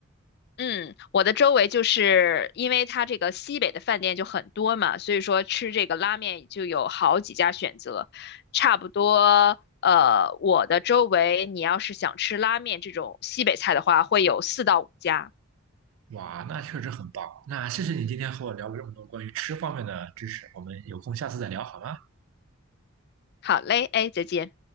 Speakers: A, on the left; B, on the right.
A: 嗯，我的周围就是因为它这个西北的饭店就很多嘛，所以说吃这个拉面就有好几家选择。差不多，呃，我的周围你要是想吃拉面这种西北菜的话，会有四到五家。
B: 哇，那确实很棒。那谢谢你今天和我聊了这么多关于吃方面的知识，我们有空下次再聊好吗？
A: 好嘞，哎，再见。